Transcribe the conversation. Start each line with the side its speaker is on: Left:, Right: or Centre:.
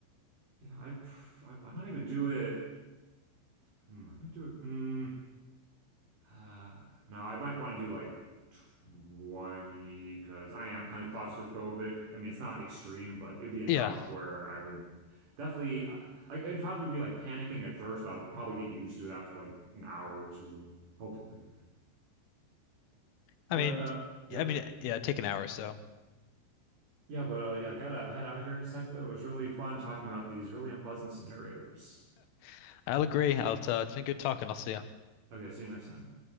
Right: Yeah, I, pr- I I might even do it. Hmm, I might do it. Mm, uh, no, I might want to do like 20 because I am kind of claustrophobic. I mean, it's not extreme, but it'd be enough
Left: Yeah.
Right: where I would definitely. I, it'd probably be like panicking at first, but I'd probably get used to it after like an hour or two, hopefully.
Left: I
Right: But
Left: mean,
Right: uh, yep,
Left: I mean, yeah, take an hour or so.
Right: yeah, but uh, yeah, I gotta head out here in a sec though. It was really fun talking about these really unpleasant scenarios.
Left: <laughs> I'll agree. I'll, uh, it's been good talking. I'll see you.
Right: Okay, see you next time.